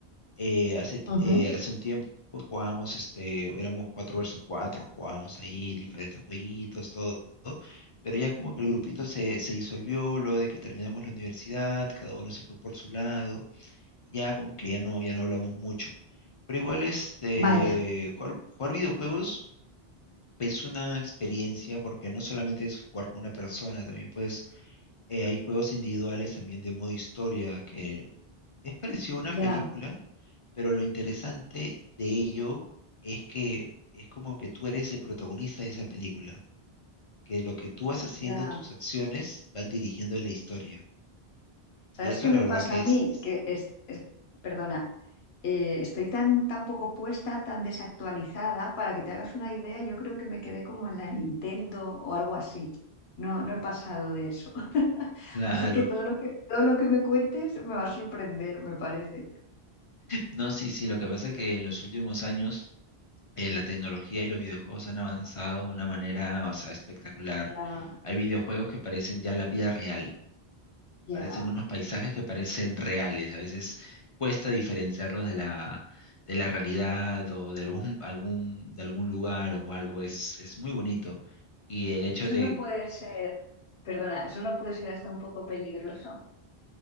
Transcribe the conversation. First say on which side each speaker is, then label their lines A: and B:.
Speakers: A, on the left (about 45°); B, on the left (about 75°).
A: Eh, hace, ti-
B: ujú.
A: eh, hace un tiempo pues, jugábamos, este, éramos 4 versus 4. jugábamos ahí diferentes jueguitos, todo. Pero ya como que el grupito se, se disolvió luego de que terminamos la universidad, cada uno se fue por su lado. ya como que ya no, ya no hablamos mucho. Pero igual este,
B: Vaya,
A: jugar, jugar videojuegos es una experiencia porque no solamente es jugar con una persona, también pues eh, hay juegos individuales también de modo historia que es parecido a una
B: ya,
A: película, pero lo interesante de ello es que es como que tú eres el protagonista de esa película, que lo que tú vas haciendo,
B: ya.
A: tus acciones van dirigiendo la historia.
B: ¿Sabes
A: Y eso
B: qué
A: la
B: me
A: verdad
B: pasa
A: que
B: a
A: es...
B: mí?
A: es-
B: Que es, es- perdona, eh, estoy tan, tan poco puesta, tan desactualizada, para que te hagas una idea, yo creo que me quedé como en la Nintendo o algo así. No, no
A: <laughs>
B: he pasado de eso. <laughs>
A: Claro.
B: Así que todo lo que, todo lo que me cuentes me va a sorprender, me parece.
A: No, sí, sí, lo que pasa es que en los últimos años eh, la tecnología y los videojuegos han avanzado de una manera, o sea, espectacular.
B: Ya,
A: Hay videojuegos que parecen ya la vida real,
B: ya.
A: parecen unos paisajes que parecen reales. A veces cuesta diferenciarlos de la, de la realidad o de algún, algún, de algún lugar o algo. Es, es muy bonito. Y el hecho
B: Eso
A: de
B: no puede ser, perdona, eso no puede ser hasta un poco peligroso.